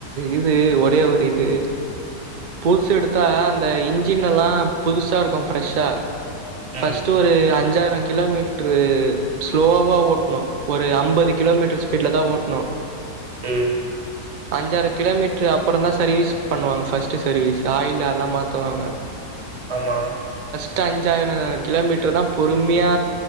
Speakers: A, on the right (about 70°); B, on the right (about 45°).
A: இது ஒரே ஒரு இது புதுசு எடுத்தா அந்த அந்த இஞ்சின் னெல்லாம் புதுசா இருக்கும் ஃப்ரெஷ்ஷா ஃபர்ஸ்ட்டு
B: ம்
A: ஒரு அஞ்சு அஞ்ஜாயிரம் கிலோமீட்ரு ஸ்லோவா ஓட்னும் ஒரு ஐம்பது கிலோமீட்ரு ஸ்பீட்ல தான் ஓட்ணு
B: ம்
A: அஞ்சாறு கிலோமீட்ரு அப்புறொந்தா சர்வீஸ் பண்ணுவாங்க ஃபர்ஸ்ட்டு சர்வீஸ் ஆயில் அல்லா மாத் துவாங்க
B: ஆமா
A: ட்டு அஞ்சாயரொ கிலோமீட்ரு தா பொறும்மியா